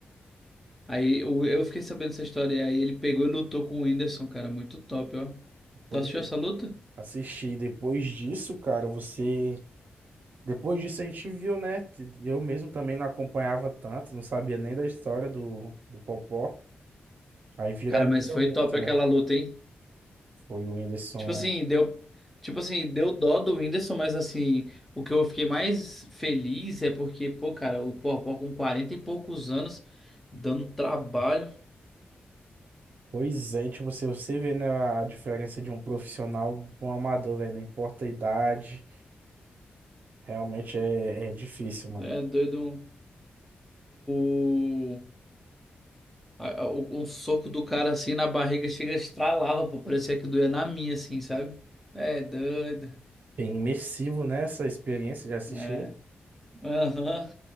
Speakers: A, in the centre; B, on the right.
A: Aí eu, eu fiquei sabendo dessa história. e Aí ele pegou e lutou com o Whindersson, cara. Muito top, ó.
B: pois
A: Tu assistiu
B: é,
A: essa luta?
B: assisti. Depois disso, cara, você. Depois disso a gente viu, né? Eu mesmo também não acompanhava tanto, não sabia nem da história do, do Popó. Aí viraliza
A: Cara, mas foi
B: muito,
A: top
B: né?
A: aquela luta, hein?
B: Foi o Whindersson.
A: Tipo assim, deu. Tipo assim, deu dó do Whindersson, mas assim, o que eu fiquei mais feliz é porque, pô, cara, o Popó com 40 e poucos anos, dando trabalho,
B: Pois é, tipo, você, você vê, né, a diferença de um profissional para um amador, velho, não importa a idade. Realmente é, é difícil, mano.
A: é doido, um- o, a- a- o- um soco do cara assim na barriga chega, estralava, pô, parecia que doía na minha, assim, sabe? É doido.
B: Bem imersivo nessa experiência de assistir.
A: É. Aham.